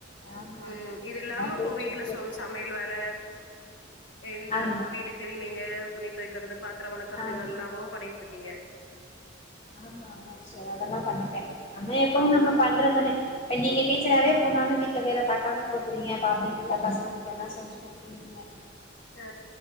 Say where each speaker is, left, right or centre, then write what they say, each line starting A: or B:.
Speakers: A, on the left (about 35°); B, on the left (about 75°).
A: ஆம்மா
B: ம்
A: ஆம்மா
B: இது இல்லாம
A: எல்லா
B: இப்போ
A: பொயிட்ருக்கு
B: வீட்ல சோ சமையல் வேல இந்த
A: ஆமா
B: வீடு கிளீனிங்கு துணி துவைக்கிறது பாத்திரொ வளக்குறது
A: ஆமா
B: இதெல்லாமு பண்ணிட்ருக்கீங்க
A: ஆம்மா ஆம்மா சிஸ்டர் அதெல்லா பண்ணிப்ப நம்ம எப்பவு
B: அப்பல்லா
A: நம்மபண்றதானே நீங்க டீச்சராவே போனாலு வீட்டல வேல பாக்காம போப்போறீங்க பாப்பீங்கல்ல பசங்களுகெல்லா செஞ்சி குடுத்துறீங்க
B: அ